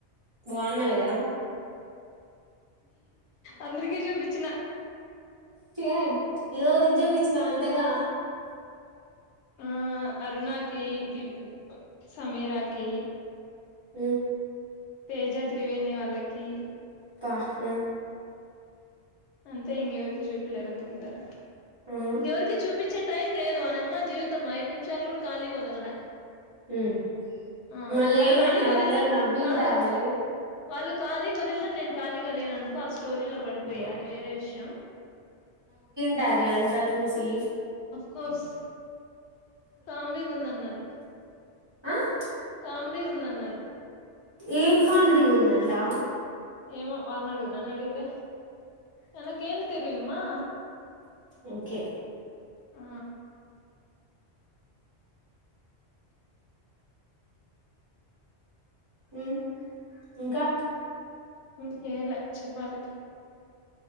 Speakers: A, on the right (about 25°); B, on the left (about 85°).
A: బోన గదా
B: అందర్కి చూపిచ్చిన
A: ఏట్ ఎవరిక్ జూపిచ్చినవ్ అంతగా
B: ఆ అరుణాకి దివ్ ఉ ప్ సమీరాకి
A: ఉ
B: తేజ త్రివేణి వాళ్ళకి
A: పా ఆ
B: అంతె ఇంకెవరికి చూపియ్లేద్ అనుకుంటా
A: ఆ
B: ఇంకెవర్కి చూపచ్చే టైం లేదు ఆ నమ్ మ్మ జీవితం ఐదు నిమిషాలు కూడా కాలేదల్లా
A: ఉమ్
B: ఆ
A: మళ్ళీ
B: వాళ్ళు
A: ఏమన్నారు
B: ఖాళీగ ఒదిల్నా
A: అందరు నవ్వింటారే
B: కాదు వాళ్ళు ఖాళీగ ఒదిల్న నేన్ కాలిగా లేననుకో అస్ టోరీలొ బడిపొయి
A: ఆహా
B: అది వేరే విష్యం
A: టాదే అంతా చూసి
B: కోర్స్ కామెడీగా ఉందన్నారు
A: ఆహ్
B: కామెడీగుందన్నారు
A: ఏం కామెడీ ఉందంటా
B: ఏమో వాళ్ళనడుగు నన్ను అడిగితే ననకేంటి తెరియుమ్మా
A: ఓకే
B: ఆ
A: ఉ ఇంకా
B: ఇంకేలే చెప్పాలి